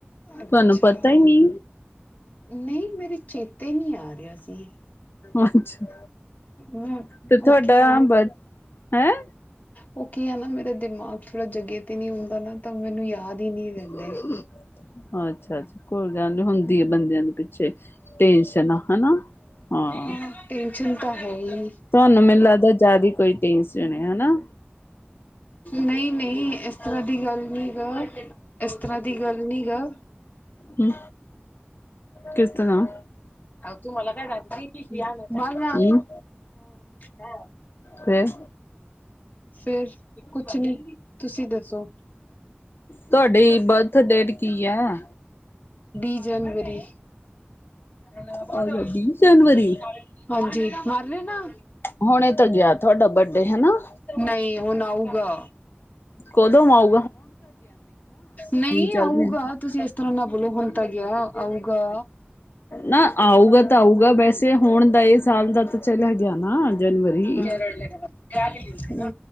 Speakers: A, on the left; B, on the left.
A: ਅੱਛਾ
B: ਤੁਹਾਨੂੰ ਪਤਾ ਈ ਨੀ।
A: ਨਹੀਂ, ਮੇਰੇ ਚੇਤੇ ਨੀ ਆ ਰਿਹਾ ਸੀ।
B: ਅੱਛਾ,
A: ਮੈਂ
B: ਤੇ ਤੁਹਾਡਾ
A: ਓਕੇ ਆ
B: ਬਰ ਹੈਂ।
A: ਉਹ ਕੀ ਐ ਨਾ ਮੇਰਾ ਦਿਮਾਗ ਥੋੜਾ ਜਗੇ ਤੇ ਨਹੀਂ ਹੁੰਦਾ ਨਾ, ਤਾਂ ਮੈਨੂੰ ਯਾਦ ਹੀ ਨਹੀਂ
B: <unintelligible>
A: ਰਹਿੰਦੇ
B: ਅੱਛਾ-ਅੱਛਾ, ਕੋਈ ਗੱਲ ਨੀ ਹੁੰਦੀ ਐ ਬੰਦਿਆਂ ਦੇ ਪਿੱਛੇ ਟੈਨਸ਼ਨਾ, ਹਨਾ। ਹਾਂ
A: ਹੂੰ, ਟੈਂਨਸ਼ਨ ਤਾਂ ਹੈ ਈ।
B: ਤੁਹਾਨੂੰ ਮੈਨੂੰ ਲੱਗਦਾ ਜ਼ਿਆਦਾ ਕੋਈ ਟੇਨਸ਼ਨ ਆ ਹਨਾ।
A: ਨਈ-ਨਈ, ਇਸ ਤਰ੍ਹਾਂ ਦੀ ਗੱਲ ਨੀ ਗਾ, ਇਸ ਤਰ੍ਹਾਂ ਦੀ ਗੱਲ ਨੀ ਗਾ।
B: ਹੂੰ, ਕਿਸ ਤਰ੍ਹਾਂ
A: <inaudible> ਕਿਸ ਲੀਆ ਨਾ, ਮਾਲਵ ਹਾਂ
B: ਹਮ
A: ਹੈਂ।
B: ਫੇਰ
A: ਫੇਰ ਕੁਛ ਨੀ, ਤੁਸੀਂ ਦੱਸੋ।
B: ਤੁਹਾਡੀ ਬਰਥ ਡੇਟ ਕੀ ਐ?
A: ਵੀਅ ਜਨਵਰੀ। <inaudible>
B: ਔਰ ਵੀਹ ਜਨਵਰੀ
A: ਹਾਂਜੀ, ਮਰ ਰੇ ਨਾ।
B: ਹੁਣੇ ਤਾਂ ਗਿਆ ਥੁਆਡਾ ਬਰਡੇ, ਹਨਾ।
A: ਨਈ ਹੁਣ ਆਊਗਾ।
B: ਕੋਦੋਂ ਆਊ।
A: ਨਈ
B: ਚਾਰ
A: ਆਊਗਾ,
B: ਦਿਨ
A: ਤੁਸੀਂ ਏਸ ਇਤਰਾਂ ਨਾ ਬੋਲੋ, ਹੁਣ ਤਾ ਗਿਆ ਆਊਗਾ।
B: ਨਾ ਆਊਗਾ ਤਾਂ ਆਊਗਾ, ਵੈਸੇ ਹੁਣ ਦਾ ਇਹ ਸਾਲ ਦਾ ਤਾਂ ਚਲਾ ਗਿਆ ਨਾ ਜਨਵਰੀ।
A: । <unintelligible> <inaudible> ਹੂੰ,